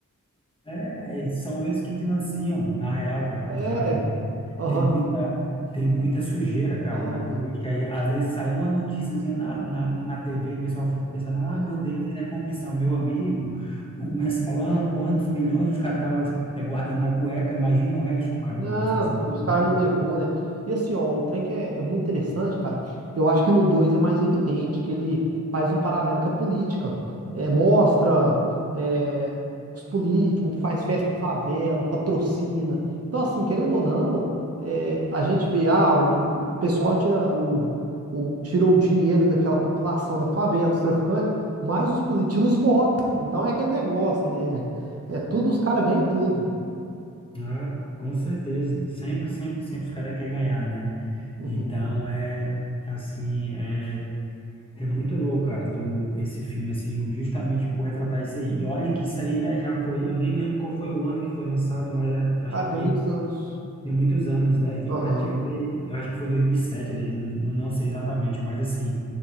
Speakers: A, on the left; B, on the right.
A: É, são eles que financiam, na real, cara, por
B: É.
A: trás. né?
B: Aham.
A: Tem muita, tem muita sujeira, cara,
B: Aham.
A: na política. Aí, Às vezes sai uma noticiazinha na, na, na TV, o pessoal fica pensando, ah,
B: aham.
A: meu Deus, isso é corrupção. Meu amigo, o mensalão, quantos milhões os caras estavam guardando na cueca, imagina o resto que o cara
B: Não,
A: não pode fazer,
B: porque os caras
A: sabe?
B: não levou, né? E assim, ó, um trem que é, é muito interessante, cara. Eu acho que no 2 é mais evidente, que ele faz um paralelo com a política. É, mostra é, os políticos, faz festa em favela, patrocina. Então, assim, querendo ou não, é, a gente vê, ah, o, o pessoal tira o, o, tira o dinheiro daquela população da favela, dos traficantes, mas os políticos tiram os votos. Então é aquele negócio, né? É tudo, os caras ganham tudo.
A: Ah, com certeza. Sempre, sempre, sempre os caras querem ganhar, né?
B: Uhum.
A: Então, é é assim, é É muito louco, cara, tu, esse filme, assim, justamente por retratar isso aí. E olha que isso aí, né, já foi, eu nem lembro qual foi o ano que foi lançado, mas já- acho
B: Cara, tem
A: que
B: muitos anos.
A: tem muitos anos, né? E
B: Aham.
A: pra te ver, eu acho que foi em 2007 ali, não, não não sei exatamente, mas assim,